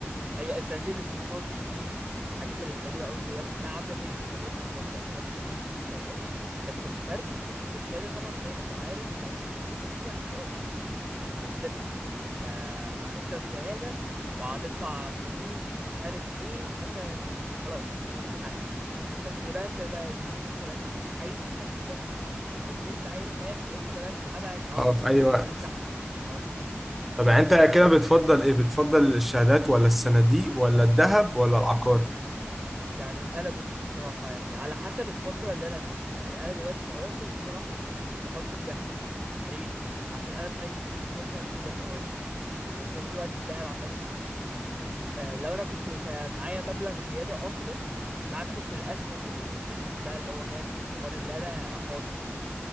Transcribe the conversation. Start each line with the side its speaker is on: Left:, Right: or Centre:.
Right: اي صناديق الاستثمار دي دي حاجات الحلوه قوي دلوقتي انها عامله زي الشهادات بالظبط تعتبر نفس فايده الشهادات بس الفرق ان انت الشهاده طبعا زي ما انت ما عارف لو حطيت فلوسك فيها انت خلاص انت مش هترجع يعني انت هتكسر الشهاده وهتدفع فلوس ومش عارف ايه ومثلا يعني خلاص يعني راحت عليك بس بقى انت بقى الصناديق دي عايز تسحب فلوسك اللي انت عاي... فاهم امتى بقى تسحبها النهارده
Centre: اه في
Right: بكره
Centre: أي وقت
Right: ايه هتسحب على طول
Centre: طب
Right: من
Centre: يعني
Right: غير
Centre: أنت
Right: تفكير
Centre: كده بتفضل إيه بتفضل الشهادات ولا الصناديق ولا الذهب ولا العقار
Right: يعني انا بص الصراحه يعني على حسب الفتره اللي انا فيها يعني انا دلوقتي كواحد الصراحه بحطه في ذهب ليه عشان انا مش عايز الفلوس دي مثلا قدام قريب وفي نفس الوقت الذهب عمال يزيد آه لو انا كنت كا- معايا مبلغ زياده اكتر كنت هدخل في الاسهم و- وادخل ده اللي هو فاهم بحوار اللي انا اخاطر